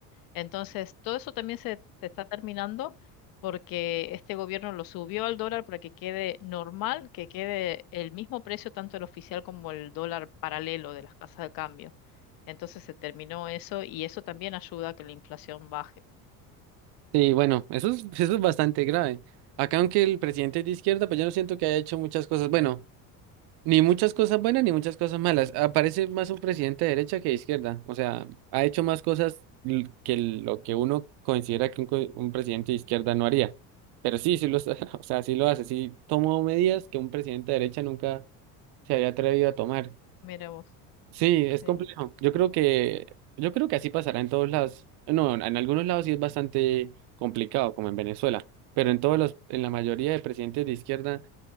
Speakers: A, on the left (about 50°); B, on the right (about 55°).
A: Entonces, todo eso también se, se está terminando porque este gobierno lo subió al dólar para que quede normal, que quede el mismo precio tanto el oficial como el dólar paralelo de las casas de cambio. Entonces se terminó eso y eso también ayuda a que la inflación baje.
B: Sí, bueno, eso es, eso es bastante grave. Acá, aunque el presidente es de izquierda, pues yo no siento que haya hecho muchas cosas. Bueno. Ni muchas cosas buenas ni muchas cosas malas. Aparece más un presidente de derecha que de izquierda. O sea, ha hecho más cosas l- que lo que uno considera que un, co- un presidente de izquierda no haría. Pero sí, sí lo, está- <laughs> o sea, sí lo hace. Sí tomó medidas que un presidente de derecha nunca se había atrevido a tomar.
A: Mira vos,
B: Sí, es
A: sí,
B: complejo. Yo creo que, yo creo que así pasará en todos lados. No, en algunos lados sí es bastante complicado, como en Venezuela. Pero en todos los, en la mayoría de presidentes de izquierda